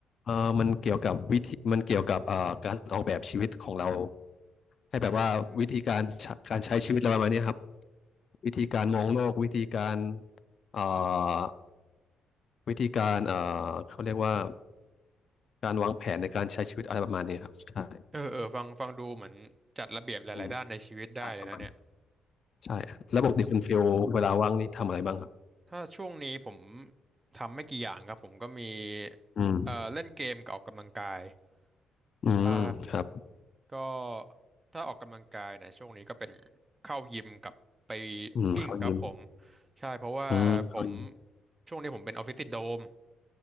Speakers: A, on the left; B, on the right.
A: เออมันเกี่ยวกับวิธีมันเกี่ยวกับเอ่อการออกแบบชีวิตของเราให้แบบว่าวิธีการใช้การใช้ชีวิตอะไรประมาณนี้ครับ
B: อืม
A: วิธีการมองโลกวิธีการเอ่อวิธีการเอ่อเขาเรียกว่า การวางแผนในการใช้ชีวิตอะไรประมาณนี้ครับใช่
B: เออเออฟังฟังดูเหมือนจัดระเบียบหลายๆด้านในชีวิตได้เลยนะเนี่ย
A: อืมใช่ประมาณนั้นใช่แล้วปกติคุณฟิลเวลาว่างนี่ทำอะไรบ้างครับ
B: ถ้าช่วงนี้ผมทำไม่กี่อย่างครับผมก็มี
A: อืม
B: เอ่อเล่นเกมกับออกกำลังกาย
A: อืมครับ
B: ใช่ก็ถ้าออกกำลังกายเนี่ยช่วงนี้ก็เป็นเข้ายิมกับไป
A: อืมเขายิม
B: วิ่งครับผมใช่เพราะว่าผม
A: อืมเขายิม
B: ช่วงนี้ผมเป็นออฟฟิศซินโดรม